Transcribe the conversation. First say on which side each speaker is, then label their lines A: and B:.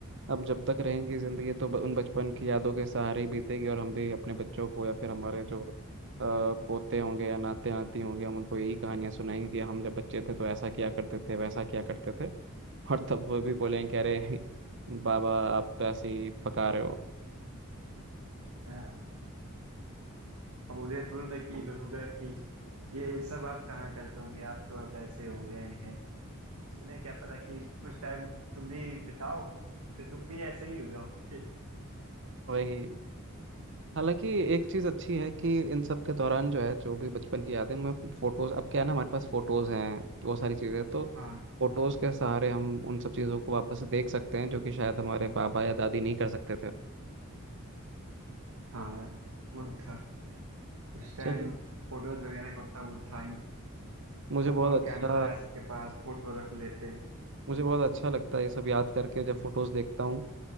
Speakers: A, on the right; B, on the right.
A: अब जब तक रहेंगी जिंदगी तो ब, उन बचपन की यादों के सहारे ही बीतेगी और हम भी अपने बच्चों को या फिर हमारे जो अ, पोते होंगे या नाते नाती होंगे हम उनको यही कहानियां सुनाएंगे कि हम जब बच्चे थे तो ऐसा किया करते थे वैसा किया करते थे और तब वो भी बोलेंगे कि अरे <laughs> बाबा आप तो ऐसे ही पका रहे हो
B: हाँ अब बोले थोड़ी ना कि इन होगा कि ये सब आप कहाँ करते होंगे आप तो अब ऐसे हो गए हैं उन्हें क्या पता कि कुछ टाइम तुम भी बिताओ फिर तुम भी ऐसे ही हो जाओगे
A: वही हालांकि एक चीज़ अच्छी है कि इन सब के दौरान जो है जो भी बचपन की यादें मैं फोटोज अब क्या है ना हमारे पास फोटोज हैं तो वो सारी चीज़ें तो
B: हाँ
A: फोटोज के सहारे हम उन सब चीज़ों को वापस से देख सकते हैं जो कि शायद हमारे बाबा या दादी नहीं कर सकते थे
B: हाँ वो था उस टाइम
A: चलिए
B: फोटोज वगैरह का उतना वो था ही नहीं।
A: मुझे
B: अब
A: बहुत
B: तो
A: अच्छा
B: कैमरा है सबके पास फोटो रख लेते हैं
A: मुझे बहुत अच्छा लगता है ये सब याद करके जब फोटोज देखता हूँ